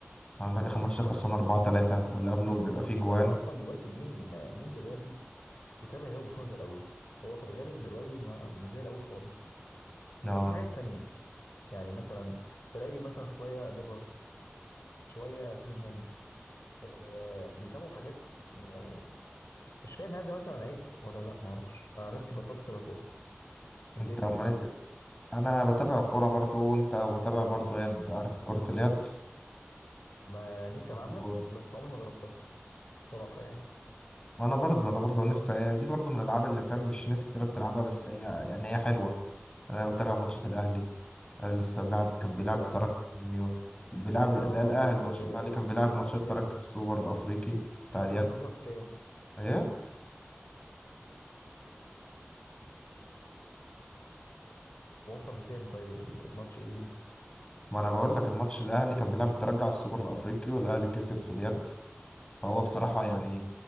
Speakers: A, on the left (about 20°); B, on the left (about 80°).
A: عندك اخر ماتش ده خلصنا 4 3 واللي قبله بيبقى
B: بص
A: فيه جوان
B: هو اصلا دلوقتي مين مين دلوقتي بيتابع ريال وبرشلونه زي الاول هو في الغالب دلوقتي ما مش زي الاول خالص
A: اه
B: بقت في حاجات تانية يعني مثلا تلاقي مثلا شويه ليفر شويه توتنهام آه بيتابعوا حاجات يعني مش فاهم هل ده مثلا عيب ولا لا ما اعرفش انا نفسي بطلت اتابع كوره انت
A: انت
B: ايه الدنيا
A: امال
B: معاك
A: انت- انا بتابع الكوره برضو انت بتابع برضو يد عارف كره اليد
B: ما نفسي
A: عند
B: العبها
A: جون.
B: بس عمري ما جربتها الصراحة يعني
A: انا برضو انا برضو نفسي دي برضو من الالعاب اللي فاهم مش ناس كتير بتلعبها بس هي يعني هي حلوه انا بتابع ماتشات الاهلي انا لسه بلعب كان بيلعب
B: يعني
A: الترجي من يوم بيلعب لا
B: اه
A: الاهلي
B: بس
A: ماتش
B: آه،
A: الاهلي كان بيلعب
B: حصل
A: ماتش الترجي
B: كام
A: في السوبر الافريقي بتاع
B: اصل
A: اليد
B: خسر كام
A: ايه
B: وصل لكام طيب ال- الماتش ايه دنيته
A: ما انا بقول لك الماتش الاهلي كان بيلعب الترجي على السوبر الافريقي والاهلي كسب في اليد فهو بصراحه يعني
B: حلو